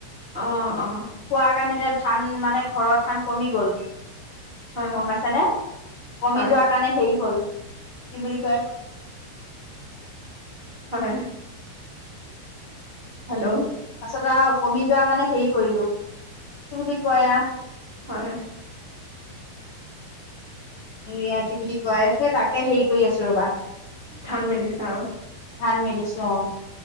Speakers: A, on the right; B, on the left.
A: অ অ
B: খোৱা কাৰণে এতিয়া ধান মানে, ঘৰৰ ধান কমি গ'ল।
A: হয়
B: গম
A: হয়
B: পাইছা নে কমি
A: হয়
B: যোৱাৰ কাৰণে হেৰি হ'ল। কি বুলি কয়?
A: হয়। হেল্ল'
B: তাছত আৰু কমি যোৱাৰ কাৰণে হেৰি কৰিলো, কি বুলি কয় আ
A: হয়।
B: <unintelligible> কি বুলি কয় সেই তাকে হেৰি কৰি আছো ৰবা।
A: ধান মেলিছে আৰু।
B: ধান মেলিচিছো অ' <unintelligible>